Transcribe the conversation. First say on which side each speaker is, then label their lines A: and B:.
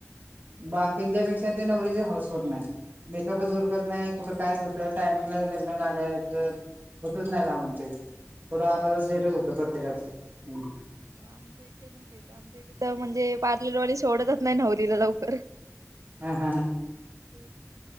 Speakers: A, on the right (about 35°); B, on the right (about 80°).
A: बाकी त्यांच्यापेक्षा ते नवरीचीचं हौस होत नाही मेकअपच उरकत नाही, कुठं कायच होतं टायमिंगला लग्न लागतं नाही होतच नाही लावून ते पूर अर्ध-अर्ध लेटच होतं प्रत्येकाच. ह.
B: आमचं एकटे कोणच आमच्या इथं म्हणजे पार्लरवाली सोडतच नाही नवरीला लवकर..
A: हा हा
B: तेच ना